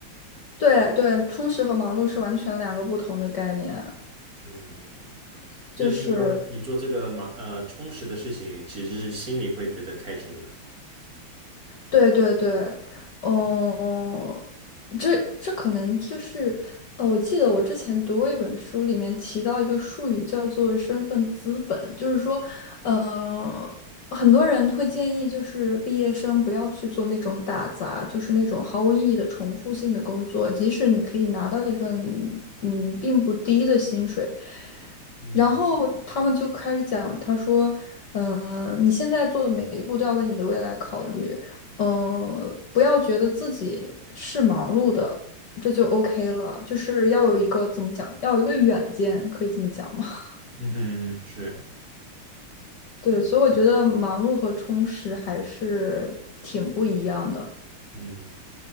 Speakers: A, on the left; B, on the right.
A: 对对，充实和忙碌是完全两个不同的概念啊
B: 嗯，好，那就是说你做这个忙呃充实的事情，
A: 就是。
B: 其实是心里会觉得开心的。
A: 对对对，嗯，这这可能就是，呃，我记得我之前读过一本书，里面提到一个术语叫做身份资本，就是说，呃，很多人会建议就是毕业生不要去做那种打杂，就是那种毫无意义的重复性的工作，即使你可以拿到一份嗯并不低的薪水。
B: 嗯
A: 然后他们就开始讲，他说：“嗯、呃你现在做的每一步都要为你的未来考虑，嗯、不要觉得自己是忙碌的，这就 OK 了。就是要有一个怎么讲，要有一个远见，可以这么讲吗？<laughs>
B: 嗯哼，是，
A: 对，所以我觉得忙碌和充实还是挺不一样的。
B: 嗯。